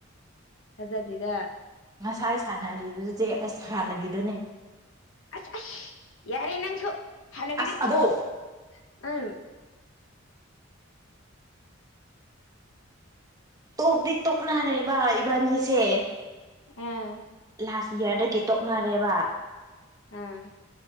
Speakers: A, on the left (about 70°); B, on the right (about 15°).
A: ꯊꯖꯗꯦꯗ
B: ꯉꯁꯥꯏ ꯁꯥꯟꯅꯔꯤꯗꯨꯗꯤ ꯑꯁ ꯍꯥꯟꯅꯒꯤꯗꯨꯅꯤ
A: ꯑꯁ ꯑꯁ ꯌꯥꯔꯦ ꯅꯪꯁꯨ ꯍꯥꯟꯅꯒꯤꯗꯤ
B: ꯑꯁ
A: ꯇꯣꯛꯑꯣ
B: ꯑꯗꯣ
A: ꯎꯝ
B: ꯇꯣꯛꯇꯤ ꯇꯣꯛꯅꯔꯦꯕ ꯏꯕꯥꯅꯤꯁꯦ
A: ꯑꯥ
B: ꯂꯥꯁ ꯏꯌꯥꯔꯗꯒꯤ ꯇꯣꯛꯅꯔꯦꯕ
A: ꯑꯝ